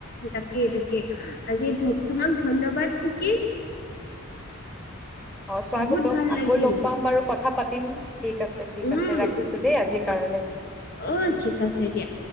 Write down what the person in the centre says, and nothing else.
অ' স্বাগতম,
আকৌ
লগ পাম বাৰু, কথা পাতিম। ঠিক আছে ঠিক
আছে, ৰাখিছোঁ দেই আজিৰ কাৰণে।